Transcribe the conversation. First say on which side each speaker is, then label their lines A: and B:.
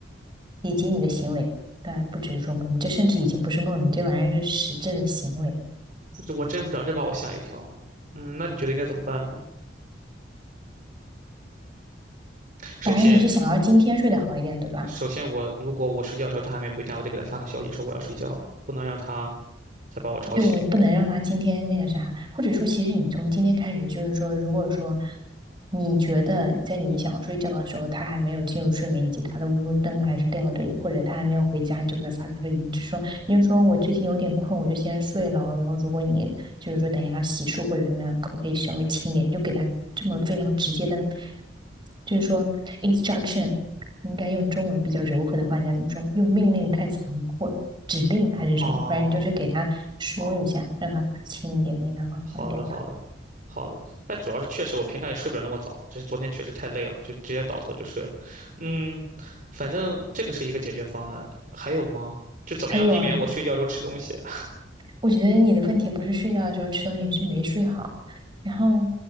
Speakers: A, on the right; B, on the right.
A: 以及你的行为。当然不只是说梦，你这甚至已经不是梦了，你这玩意儿是实质的行为。
B: 这我真不知道，这把我吓一跳。嗯，那你觉得应该怎么办呢？首先，
A: 反而你是想要今天睡得好一点，对吧？
B: 首先我如果我睡觉的时候他还没回家，我得给他发个消息说我要睡觉了，不能让他再把我吵醒。
A: 对你不能让他今天那个啥，或者说，其实你从今天开始，就是说，如果说你觉得在你想要睡觉的时候，他还没有进入睡眠，以及他的屋灯还是亮着，或者他还没有回家，你就给他发个消息，你就说你就说我最近有点困，我就先睡了。然后如果你就是说等一下洗漱或者什么样，可不可以稍微轻一点？你就给他这么非常直接的，就是说 instruction，你应该用中文比较柔和的话，应该怎么说？用命令太残酷了，指令还是什么？
B: 哦，
A: 反正你就是给他说一下，
B: 哦，
A: 让他轻一点，应该会好一点吧。
B: 好的，好的，好的。但主要是确实我平常也睡不了那么早，只是昨天确实太累了，就直接倒头就睡了。嗯，反正这个是一个解决方案，还有吗？就怎么样避免我睡觉中吃东西？
A: 还有啊，
B: <laughs>
A: 我觉得你的问题不是睡觉的时候吃东西，是没睡好，然后